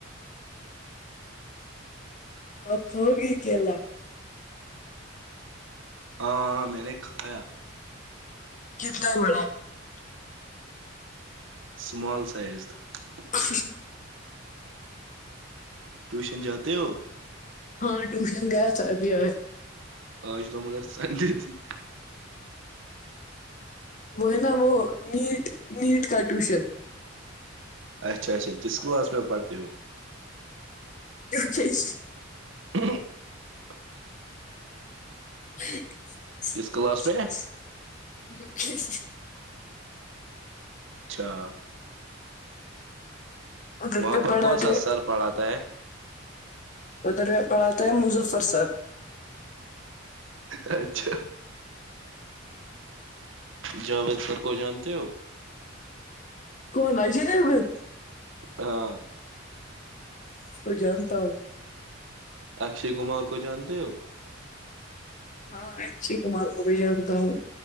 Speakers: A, on the left; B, on the right.
A: آپ ہوگ کےلہ <unintelligible>
B: ہاں میں نے کھایا
A: کتنا ولا <unintelligible>
B: اسمال سائز تھا <unintelligible>
A: <inaudible>
B: ٹیوشن جاتے ہو
A: ہاں ٹیوشن گیا تھا ابھی آیا
B: اج تو مگر تج ج <unintelligible>
A: ب <unintelligible> ن وہ نٹ نٹ ک <inaudible> ٹیوشن
B: اچھا اچھا کس کلاس میں پڑھتے ہو
A: کہس <unintelligible>
B: ہ <unintelligible>
A: ٹ <unintelligible>
B: کس کلاس میں
A: یوگش <unintelligible>
B: اچھا
A: ادھر
B: وہاں
A: پہ
B: پر
A: پڑھاتے
B: کون سا سر پڑھاتا ہے
A: ادھر پڑھاتا ہے مظفر سر
B: <inaudible> اچھا جاوید سر کو جانتے ہو
A: کون اجے دیوگن
B: ہاں
A: اس کو جانتا ہوں
B: اکشے کمار کو جانتے ہو
A: ہاں اکشے کمار کو بھی جانتا ہوں